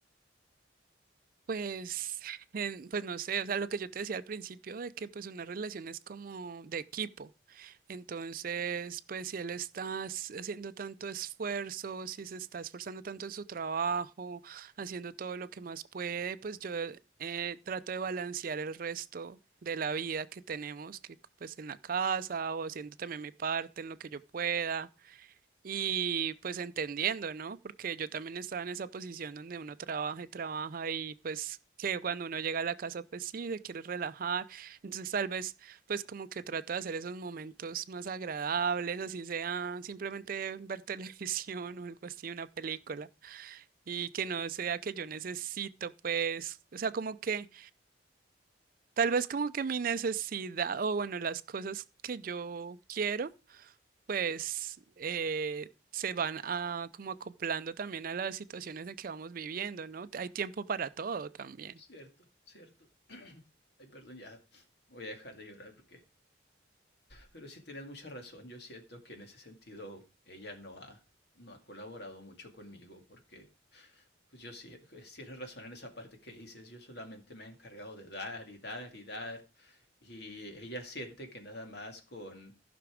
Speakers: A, on the right; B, on the left.
A: Pues, <laughs> en- pues no sé, o sea, lo que yo te decía al principio de que pues una relación es como de equipo. Entonces, pues si él está s- haciendo tanto esfuerzo, si se está esforzando tanto en su trabajo, haciendo todo lo que más puede, pues yo eh, trato de balancear el resto de la vida que tenemos, que pues en la casa o haciendo también mi parte en lo que yo pueda. Y pues entendiendo, ¿no? Porque yo también estaba en esa posición donde uno trabaja y trabaja y pues que cuando uno llega a la casa pues sí, se quiere relajar. Entonces tal vez pues como que trato de hacer esos momentos más agradables, así sea simplemente ver <laughs> televisión o algo así, una película. Y que no sea que yo necesito pues, o sea, como que tal vez como que mi necesidad o bueno, las cosas que yo quiero pues eh, se van a, como acoplando también a las situaciones en que vamos viviendo, ¿no? Hay tiempo para todo también.
B: Cierto, cierto. <clears throat> Ay, perdón, ya voy a dejar de llorar porque, pero sí tienes mucha razón. Yo siento que en ese sentido ella no ha, no ha colaborado mucho conmigo porque Pues yo sí, <laughs> pues tienes razón en esa parte que dices, yo solamente me he encargado de dar y dar y dar, y ella siente que nada más con,